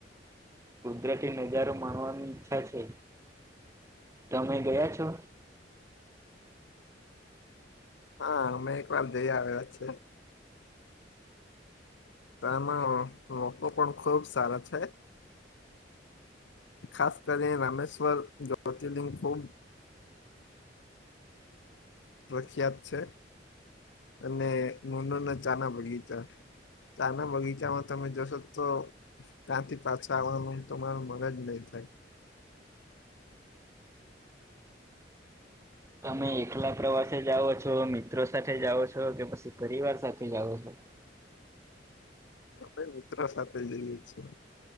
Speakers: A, on the right (about 15°); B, on the left (about 85°).
A: કુદરતી નજારો માણવાની ઈચ્છા છે. તમે ગયા છો?
B: હા અમે એક વાર જઈ આવ્યા છે. તો એમાં મોકો પણ ખુબ સારા છે. ખાસ કરી રામેશ્વર જ્યોતિર્લિંગ ખૂબ પ્રખ્યાત છે, અને નૂનોના ચા ના બગીચા ચાના બગીચામાં તમે જશો તો ત્યાંથી પાછા આવવાનું તમારૂં મન જ નહીં થા થાય
A: તમે એકલા પ્રવાસે જાઓ છો, મિત્રો સાથે જાઓ છો, કે પસી પરિવાર સાથે જાઓ છો? <inaudible>
B: અમે ઉતરા સાથે જઈએ છીએ.